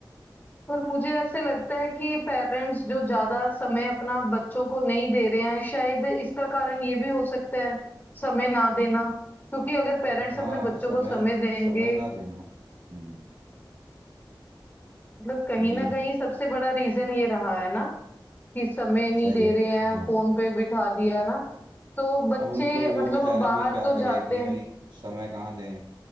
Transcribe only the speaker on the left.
पर मुझे ऐसे लगता है कि पेरेंट्स जो ज्यादा समय अपना बच्चों को नहीं दे रहे हैं शायद इसका कारण ये भी हो सकता है समय ना देना क्योंकि अगर पेरेंट्स
अपने बच्चों
को समय देंगे
मतलब कहीं
ना कहीं सबसे बड़ा रीजन ये रहा है ना कि समय नहीं
दे
रहे हैं
फोन पे बिठा दिया ना तो बच्चे
मतलब
अब बाहर
तो
जाते
हैं